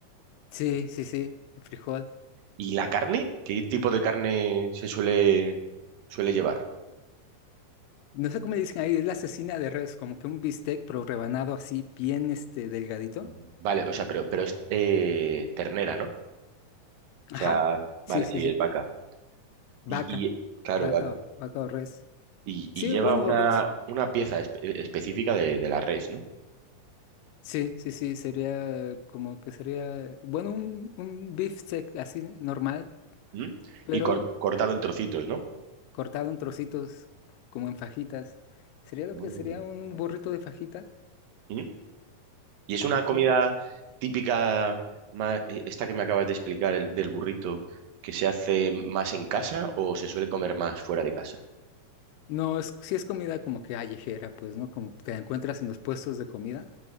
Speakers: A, on the left (about 80°); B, on the right (about 85°).
A: sí, sí, sí. El frijol.
B: ¿Y la carne? ¿Qué tipo de carne se suele, suele llevar?
A: No sé cómo le dicen ahí, es la asesina de res, como que un bistec, pero rebanado así, bien este, delgadito.
B: Ujú. Vale, o sea, pero, pero es eh, ternera, ¿no? O
A: Ajá.
B: sea,
A: Sí,
B: vale,
A: sí,
B: sí,
A: sí.
B: es vaca.
A: Vaca.
B: Y, y claro,
A: Vaca,
B: vaca.
A: o- vaca o res.
B: Y, y
A: Sí,
B: lleva
A: bueno,
B: una,
A: o res.
B: una pieza espe- eh, específica de, de la res, ¿no?
A: Sí, sí, sí. Sería como que sería, bueno, un, un beefsteak así normal,
B: ¿Mm?
A: pero
B: Y cor- cortado en trocitos, ¿no?
A: cortado en trocitos, como en fajitas. Sería lo
B: Anda.
A: que sería un burrito de fajita.
B: ¿Mm? Y es una
A: Ujú.
B: comida típica, ma- eh, esta que me acabas de explicar, el, del burrito, que se hace más en casa o se suele comer más fuera de casa,
A: No, es, sí es comida como que callejera, pues, ¿no? Como te encuentras en los puestos de comida,